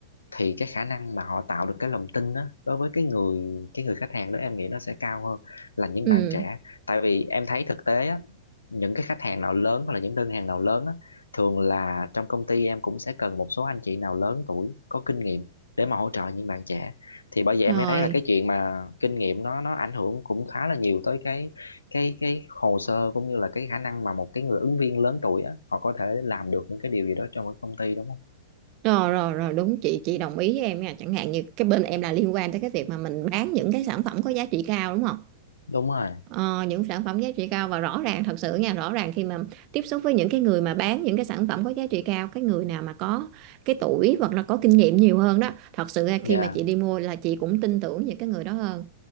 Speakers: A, on the left (about 75°); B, on the right (about 40°).
A: thì cái khả năng mà họ tạo được cái lòng tin đó đối với cái người cái người khách hàng đó em nghĩ nó sẽ cao hơn là những
B: Ừ,
A: bạn trẻ tại vì em thấy thực tế á, những cái khách hàng nào lớn hoặc là những đơn hàng nào lớn á, thường là trong công ty em cũng sẽ cần một số anh chị nào lớn tuổi có kinh nghiệm để mà hỗ trợ những bạn trẻ thì bởi vậy
B: rồi,
A: em mới thấy là cái chuyện mà kinh nghiệm nó nó ảnh hưởng cũng khá là nhiều tới cái cái cái hồ sơ cũng như là cái khả năng mà một cái người ứng viên lớn tuổi á họ có thể làm được những cái điều gì đó trong một công ty đúng không
B: rồi, rồi, rồi, đúng chị, chị đồng ý với em nha. Chẳng hạn như cái bên em là liên quan tới cái việc mà mình bán những cái sản phẩm có giá trị cao đúng không?
A: đúng rồi
B: Ờ, những sản phẩm giá trị cao và rõ ràng thật sự nha, rõ ràng khi mà tiếp xúc với những cái người mà bán những cái sản phẩm có giá trị cao, cái người nào mà có cái tuổi hoặc là có kinh nghiệm nhiều hơn đó, thật sự ra
A: dạ
B: khi mà chị đi mua là chị cũng tin tưởng những cái người đó hơn.